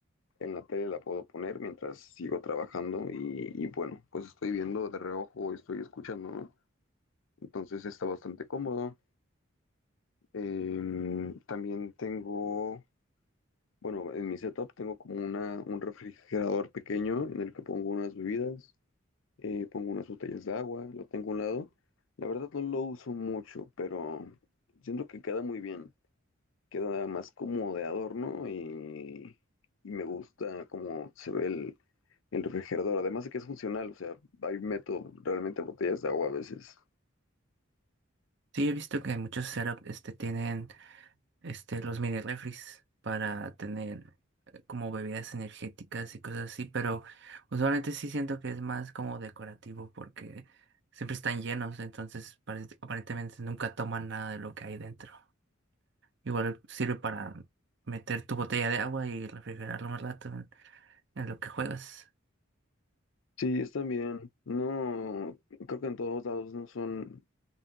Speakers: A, on the left; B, on the right.
A: en la tele la puedo poner mientras sigo trabajando y, y, bueno, pues estoy viendo de reojo, o estoy escuchando, ¿no? Entonces está bastante cómodo. Em, también tengo, bueno, en mi setup tengo como una, un refrigerador pequeño en el que pongo unas bebidas eh, pongo unas botellas de agua, lo tengo a un lado. La verdad no lo uso mucho, pero siento que queda muy bien. Queda más como de adorno y, y me gusta cómo se ve el, el refrigerador. Además de que es funcional, o sea, ahí meto realmente botellas de agua a veces.
B: sí he visto que muchos setups este, tienen, este, los mini refris para tener eh, como bebidas energéticas y cosas así, pero usualmente sí siento que es más como decorativo porque siempre están llenos, entonces parece- aparentemente nunca toman nada de lo que hay dentro. Igual sirve para meter tu botella de agua y refrigerarlo más rato. en lo que juegas.
A: Sí, están bien. No, creo que en todos lados no son